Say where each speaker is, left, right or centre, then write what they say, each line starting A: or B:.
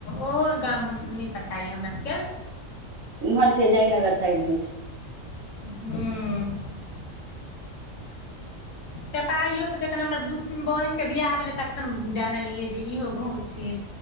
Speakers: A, on the left; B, on the right.
A: ओहो गाम हमस नै पता य हमरा सबके
B: इम्हर छै जयनगर साइड मे छै
A: हुं चपाहियो तऽ जखन हमर बहिनके बियाह भेलै तखन जानलियै जे इहो गाँव छै